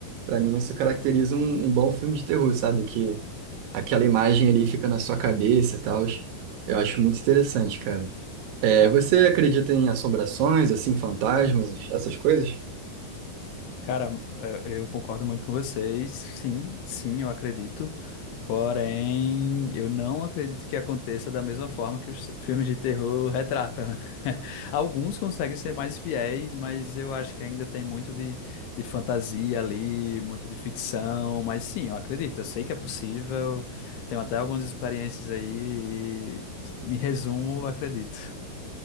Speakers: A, on the right; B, on the left.
A: Para mim, isso caracteriza um, um bom filme de terror, sabe? Que aquela imagem ali fica na sua cabeça e tal. Eu acho muito interessante, cara. É,
B: Ah,
A: você acredita em assombrações, assim, fantasmas, essas coisas?
B: Cara, é, eu concordo muito com vocês. Sim, sim, eu acredito. Porém, eu não acredito que aconteça da mesma forma que os filmes de terror retratam. <laughs> Alguns conseguem ser mais fiéis, mas eu acho que ainda tem muito de, de fantasia ali, muito de ficção. Mas sim, eu acredito. Eu sei que é possível. Tenho até algumas experiências aí. E, em resumo, eu acredito.